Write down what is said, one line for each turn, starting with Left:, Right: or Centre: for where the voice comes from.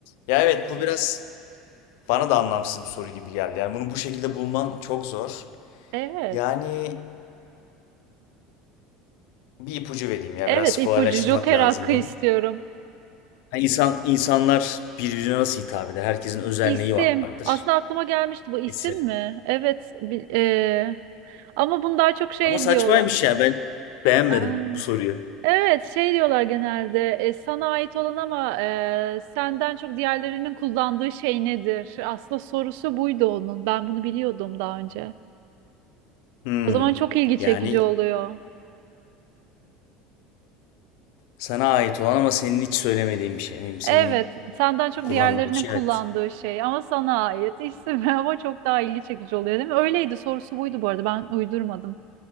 Left: Ya evet bu biraz bana da anlamsız bir soru gibi geldi. Yani bunu bu şekilde bulman çok zor.
Right: Evet.
Left: Yani bir ipucu vereyim ya
Right: Evet
Left: biraz
Right: ipucu
Left: kolaylaştırmak
Right: Joker
Left: lazım
Right: hakkı
Left: bunu.
Right: istiyorum.
Left: Yani insan, insanlar birbirine nasıl hitap eder? Herkesin özelliği
Right: İsim.
Left: vardır.
Right: Aslında aklıma gelmişti bu isim
Left: İsim.
Right: mi? Evet. bi- e, ama bunu daha çok şey
Left: Ama saçmaymış
Right: diyorlar.
Left: ya ben beğenmedim
Right: Aa,
Left: bu soruyu.
Right: evet şey diyorlar genelde e, sana ait olan ama e, senden çok diğerlerinin kullandığı şey nedir? Aslında sorusu buydu onun. Ben bunu biliyordum daha önce.
Left: Hmm.
Right: O zaman çok ilgi
Left: Yani
Right: çekici oluyor.
Left: sana ait olan ama senin hiç söylemediğin bir şey. Yani senin
Right: Evet, senden çok
Left: kullanmadığın
Right: diğerlerinin
Left: bir şey.
Right: kullandığı
Left: Evet.
Right: şey ama sana ait isim <laughs> ama çok daha ilgi çekici oluyor değil mi? Öyleydi sorusu buydu bu arada ben uydurmadım.